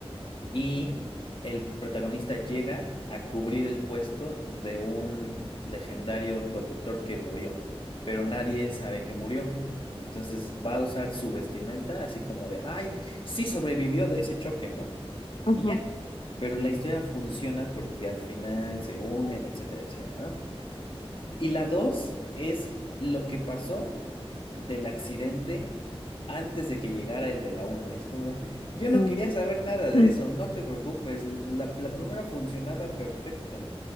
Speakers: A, on the left; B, on the left.
A: y el protagonista llega a cubrir el puesto de un legendario conductor que murió, pero nadie sabe que murió. Entonces va a usar su vestimenta así como de, ay, sí sobrevivió de ese choque, ¿no?
B: ujú,
A: Y ya. Pero la historia funciona porque al final se unen, etcétera, etcétera, ¿no? Y la dos es lo que pasó del accidente antes de que llegara el de la uno Y es como, yo no
B: mm,
A: quería saber nada de
B: mm.
A: eso, no te preocupes, la, la primera funcionaba perfecto,